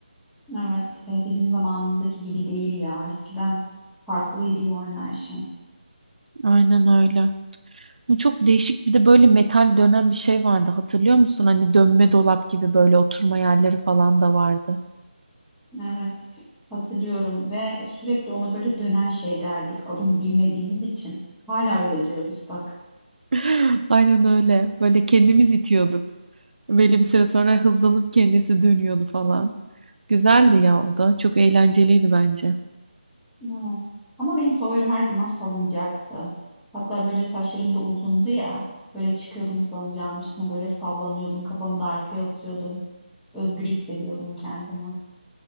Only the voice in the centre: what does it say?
Evet, e, bizim zamanımızdaki gibi değil ya. Eskiden farklıydı yani her şey.
Evet, hatırlıyorum ve sürekli ona böyle dönen şey derdik adını bilmediğimiz için. Hala öyle diyoruz bak.
Evet. Ama benim favorim her zaman salıncaktı. Hatta böyle saçlarım da uzundu ya. Böyle çıkıyordum salıncağın üstüne böyle sallanıyordum. Kafamı da arkaya atıyordum. Özgür hissediyordum kendimi.